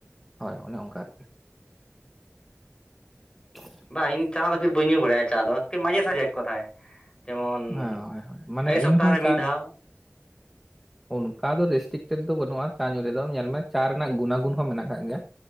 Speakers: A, in the centre; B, on the left.
A: ᱦᱳᱭ ᱚᱱᱮ ᱚᱱᱠᱟ ᱟᱨᱠᱤ <inaudible>
B: ᱵᱟᱝ ᱤᱧ ᱪᱟ ᱫᱚ ᱯᱷᱤᱨ ᱵᱟᱹᱧ ᱧᱩ ᱵᱟᱲᱟᱭᱟ ᱪᱟ ᱫᱚ ᱢᱟᱡᱷᱮ ᱥᱟᱡᱷᱮ <unintelligible> ᱡᱮᱢᱚᱱ
A: <unintelligible> ᱦᱳᱭ ᱦᱳᱭ ᱢᱟᱱᱮ
B: ᱮᱭ ᱥᱚᱯᱛᱟᱦᱚ
A: ᱤᱧ ᱦᱚᱸ
B: ᱨᱮ ᱢᱤᱫ
A: ᱪᱟ
B: ᱫᱷᱟᱣ
A: ᱚᱱᱠᱟ ᱫᱚ ᱨᱮᱥᱴᱤᱠ <unintelligible> ᱫᱚ ᱵᱟᱹᱱᱩᱜᱼᱟ ᱪᱟ ᱧᱩ ᱨᱮ ᱫᱚ ᱧᱮᱞ ᱢᱮ ᱪᱟ ᱨᱮᱱᱟᱜ ᱜᱩᱱᱟᱜᱩᱱ ᱦᱚᱸ ᱢᱮᱱᱟᱜ ᱟᱠᱟᱫ ᱜᱮᱭᱟ